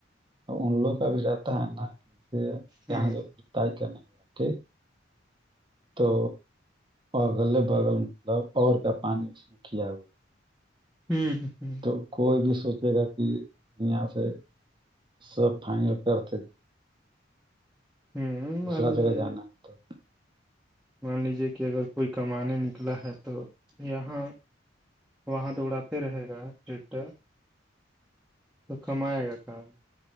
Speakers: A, on the right; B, in the centre.
A: ان لوگ کا بھی رہتا ہے نا جسے
B: ہوں
A: یہاں جوائی کرنےیا ٹھیک تو اگل بغل مطلب اور کا پانی اس میں کیا ہوا
B: ہوں ہ ہ
A: تو کوئی بھی سوچے گا کہ یہاں سے سر فائنل کرتے تھ
B: ہ
A: دوسرا
B: مان لیجیے
A: جگا جانا تو
B: مان لیجے کہ اگر کوئی کمانے نکلا ہے تو یہاں وہاں تو اڑاتے رہے گا ٹریکٹر تو کماائے گا کام